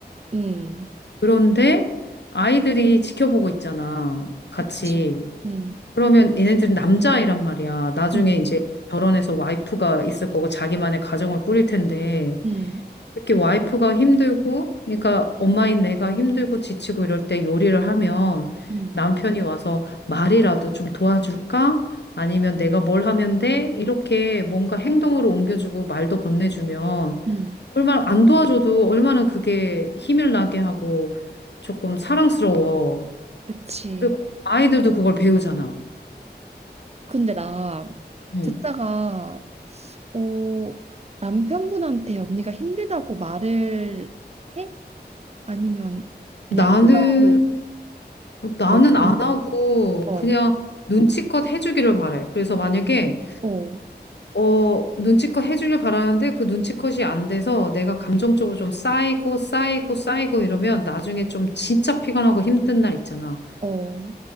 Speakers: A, on the right; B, on the left.
A: 음.
B: 그런데 아이들이 지켜보고 있잖아 같이.
A: 그치. 음.
B: 그러면 얘네들은 남자아이란 말이야. 나중에
A: 음.
B: 이제 결혼해서 와이프가 있을 거고 자기만의 가정을 꾸릴 텐데
A: 음.
B: 이렇게 와이프가 힘들고 그러니까 엄마인 내가 힘들고 지치고 이럴 때 요리를 하면
A: 음.
B: 남편이 와서 말이라도 좀 도와줄까? 아니면 내가 뭘 하면 돼? 이렇게 뭔가 행동으로 옮겨주고 말도 건네주면
A: 음.
B: 얼마나 안 도와줘도 얼마나 그게 힘을 나게 하고 조금 사랑스러워.
A: 그치.
B: 그리고 아이들도 그걸 배우잖아.
A: 근데 나
B: 응.
A: 듣다가 어, 남편분한테 언니가 힘들다고 말을 해? 아니면 그냥
B: 나는,
A: 표정으로
B: 어, 나는
A: 뭘
B: 안
A: 좀?
B: 하고
A: 어,
B: 그냥 눈치껏 해주기를 바래. 그래서 만약에,
A: 어,
B: 어, 눈치껏 해주길 바라는데 그 눈치껏이 안 돼서 내가 감정적으로 좀 쌓이고 쌓이고 쌓이고 이러면 나중에 좀 진짜 피곤하고 힘든 날 있잖아.
A: 어,